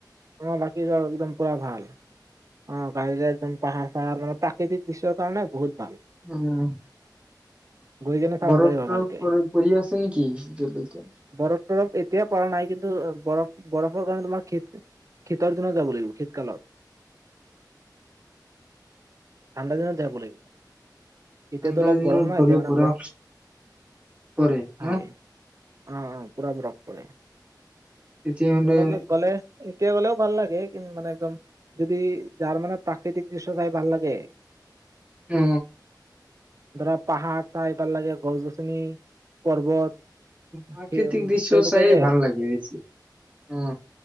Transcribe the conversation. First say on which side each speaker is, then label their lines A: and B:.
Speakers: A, on the right (about 45°); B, on the right (about 15°).
A: অ' ভাল <unintelligible> একদম পুৰা ভাল। অ, গাড়ীৰে একদম পাহাৰ চাহাৰ মানে, প্ৰাকৃতিক দৃশ্যৰ কাৰণে বহুত
B: <inaudible>
A: ভাল গৈ কেনে চাব
B: বৰফ
A: পাৰিবা
B: তৰফ
A: ভালকে।
B: পৰি পৰি আছে নেকি এতিয়ালৈকে
A: বৰফ তৰফ এতিয়া পৰা নাই কিন্তু বৰফ-বৰফৰ কাৰণে তোমাৰ শীত-শীতৰ দিনত যাব লাগিব শীতকালত। ঠাণ্ডা দিনত যাব লাগিব। এতিয়াতো
B: ঠাণ্ডা
A: অলপ
B: দিনত
A: গৰম ন
B: গ'লে
A: এতিয়া মানে
B: বৰফ
A: ব
B: পৰে
A: হয়
B: ন?
A: অ অ, পোৰা বৰফ পৰে। তোমালোকে
B: তেতিয়াহ'লে
A: গ'লে এতিয়া গ'লেও ভাল লাগে কি মানে একদম যদি যাৰ মানে প্ৰাকৃতিক দৃশ্য চাই ভাল লাগে।
B: অ।
A: ধৰা পাহাৰ চাই ভাল লাগে, গছ গছনি, পৰ্বত।
B: প্ৰাকৃতিক
A: সে
B: দৃশ্য
A: তেওঁলোকে
B: চায়েই
A: যে
B: ভাল লাগে বেছি, অ।